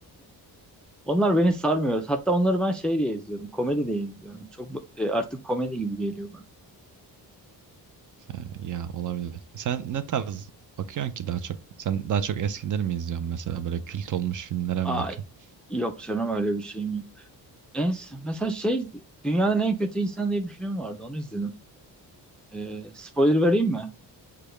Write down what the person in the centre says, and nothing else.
Onlar beni sarmıyor. Hatta onları ben şey diye izliyorum. Komedi diye izliyorum. Çok bu- e, artık komedi gibi geliyor bana.
Ay
yok canım öyle bir şey mi En, mesela şey Dünyanın En Kötü İnsanı diye bir film vardı. Onu izledim. Ee, spoiler vereyim mi?